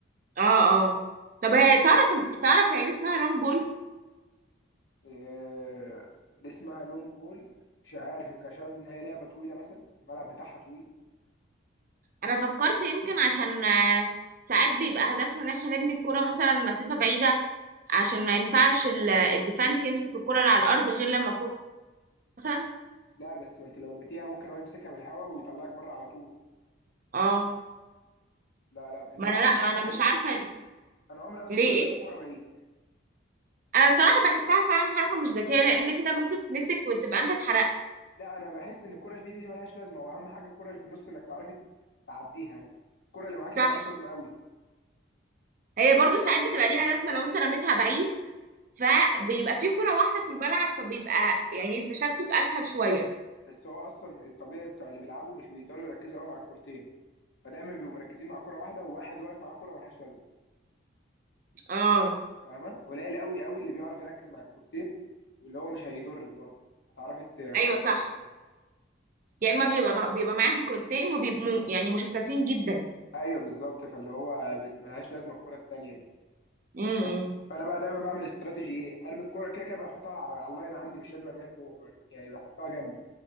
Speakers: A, on the right; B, on the left.
A: اه اه طب
B: فمحتاج
A: هي تعرف تعرف هي ليه اسمها لونج بول
B: آه، اللي اسمها لونج بول مش عارف يمكن عشان ان هي لعبه طويله مثلا الملعب بتاعها طويل
A: انا فكرت يمكن عشان آه، ساعات بيبقى هدفنا ان احنا نرمي الكرة مثلا مسافة بعيدة عشان ما ينفعش ال- الديفنس يمسك الكرة اللي على الارض غير لما الكرة مثلا
B: لا بس ما انت لو رميتيها ممكن هو يمسكها من الهواء ويطلعك بره على طول
A: اه
B: لا لا انت
A: ما
B: عارفه
A: انا لا
B: ان انا
A: ما
B: عمري
A: انا مش عارفة
B: انا عمري اصلا
A: ليه
B: ما رميت
A: ايه
B: الكوره بعيد
A: انا الصراحة بحسها فعلا حركة مش ذكية لان كده ممكن تتمسك وتبقى انت اتحرقت
B: لا انا بحس ان الكوره اللي في دي, دي ملهاش لازمه واهم حاجه الكوره اللي في النص انك تعرفي تعديها الكوره اللي معاكي
A: صح
B: ملهاش لازمه قوي
A: هي برضو ساعات بتبقى ليها لازمة لو انت رميتها بعيد فبيبقى في كرة واحدة في الملعب فبيبقى يعني التشتت اسهل شوية
B: بس هو اصلا الطبيعي بتاع اللي بيلعبوا مش بيقدروا يركزوا قوي مع الكورتين فدايما بيبقوا مركزين مع كوره واحده وواحد واقف مع كوره ملهاش لازمه
A: اه
B: فاهمه قليل قوي قوي اللي بيعرف يركز مع الكورتير واللي هو مش هيضرك برضه هتعرفي تخلصي
A: ايوه صح
B: الموضوع يعني
A: يا اما بيبقى بيبقى معاهم كورتين وبيبقوا يعني مشتتين جدا
B: ايوه بالظبط فاللي هو بت- ملهاش لازمه الكره التانيه دي
A: امم
B: بس فانا بقى دايما بعمل استراتيجي ايه ارمي الكره كده كده بحطها على اللاين عندي مش لازم ارميها جوه بقى. يعني بحطها جنبي